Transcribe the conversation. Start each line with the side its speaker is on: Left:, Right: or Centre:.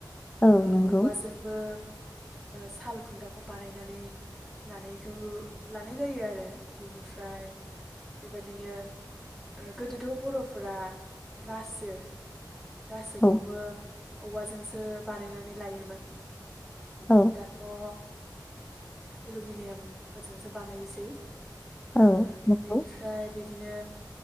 Left: औ
Centre: ओ
Left: नंगौ
Centre: औवा जों <unintelligible> साल खुन्थाखौ बानायनानै लानायखौ लानाय जायो आरो। बेनिफ्राय बेबायदिनो ओ गोदोथ बर'फोरा रासो गासैखौबो
Left: औ
Centre: औवाजोंसो बानायनानै लायोमोन।
Left: औ
Centre: दाथ ओ‌ एलुमिनियाम फोरजोंसो बानायोसै। ओ
Left: औ नंगौ
Centre: बिनिफ्राय बि दिनो